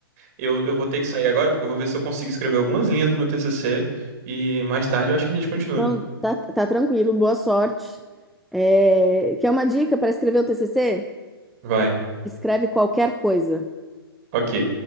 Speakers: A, on the right; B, in the centre.
A: eu, eu vou ter que sair agora porque eu vou ver se eu consigo escrever algumas linhas do meu TCC e mais tarde eu acho que a gente continua.
B: Não, tá, tá tranquilo, boa sorte. É, quer uma dica para escrever o TCC?
A: Vai.
B: Escreve qualquer coisa.
A: Ok.